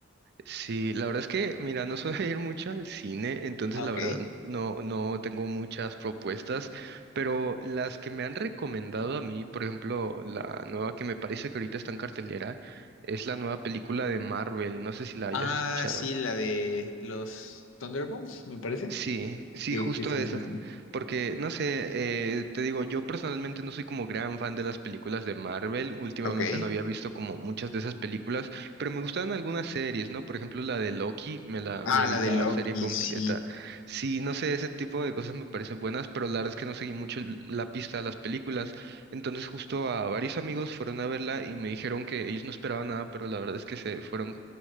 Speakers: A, on the right; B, on the left.
A: Sí, la verdad es que, mira, no suelo <laughs> ir mucho al cine, entonces
B: Ah,
A: la
B: ok.
A: verdad no, no tengo muchas propuestas, pero las que me han recomendado a mí, por ejemplo, la nueva que me parece que ahorita está en cartelera, es la nueva película de Marvel, no sé si la hayas
B: Ah,
A: escuchado.
B: sí, la de los Thunderbolts, me parece.
A: Sí, sí,
B: Sí,
A: justo
B: sí, sí,
A: esa.
B: sí. sí.
A: Porque, no sé, eh, te digo, yo personalmente no soy como gran fan de las películas de Marvel. Últimamente
B: Ok.
A: no había visto como muchas de esas películas, pero me gustaban algunas series, ¿no? Por ejemplo, la de Loki, me la,
B: Ah,
A: me
B: la
A: vi la
B: de Loki,
A: serie completa.
B: sí.
A: Sí, no sé, ese tipo de cosas me parecen buenas, pero la verdad es que no seguí mucho el- la pista de las películas. Entonces, justo a varios amigos fueron a verla y me dijeron que ellos no esperaban nada, pero la verdad es que se fueron